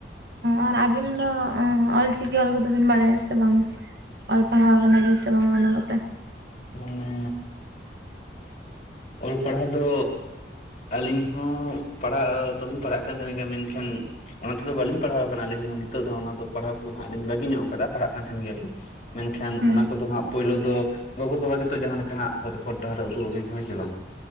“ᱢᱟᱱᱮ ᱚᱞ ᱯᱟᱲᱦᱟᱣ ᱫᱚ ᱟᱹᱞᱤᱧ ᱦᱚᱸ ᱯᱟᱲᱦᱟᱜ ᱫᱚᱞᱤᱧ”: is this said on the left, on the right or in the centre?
Left